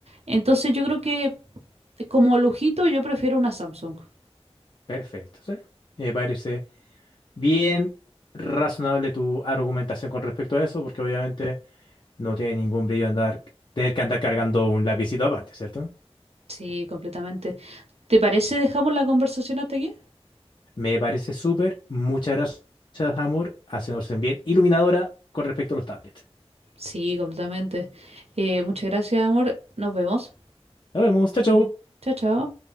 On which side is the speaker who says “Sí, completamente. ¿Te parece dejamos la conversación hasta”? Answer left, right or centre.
Right